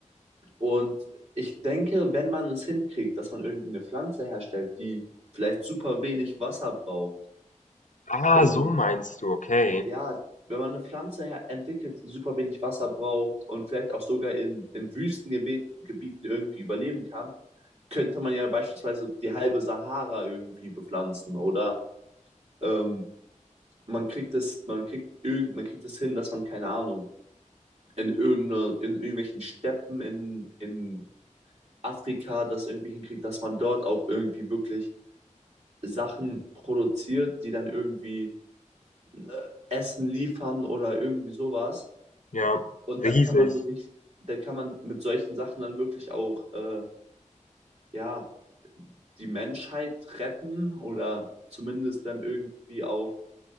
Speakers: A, on the right (about 55°); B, on the left (about 75°).
A: Und ich denke, wenn man es hinkriegt, dass man irgendwie eine Pflanze herstellt, die vielleicht super wenig Wasser braucht
B: Ah,
A: und
B: so meinst du, okay.
A: ja, wenn man eine Pflanze her- entwickelt, die super wenig Wasser braucht und vielleicht auch sogar in, in Wüstengebieten Gebieten irgendwie überleben kann, könnte man ja beispielsweise die halbe Sahara irgendwie bepflanzen oder ähm, man kriegt das, man kriegt irgend, man kriegt das hin, dass man, keine Ahnung, in irgendeiner, in irgendwelchen Steppen in, in Afrika das irgendwie hinkriegt, dass man dort auch irgendwie wirklich Sachen produziert, die dann irgendwie äh, Essen liefern oder irgendwie sowas.
B: Ja,
A: Und
B: riesig.
A: dann kann man wirklich, da kann man mit solchen Sachen dann wirklich auch, äh, ja, die Menschheit retten oder zumindest dann irgendwie auch,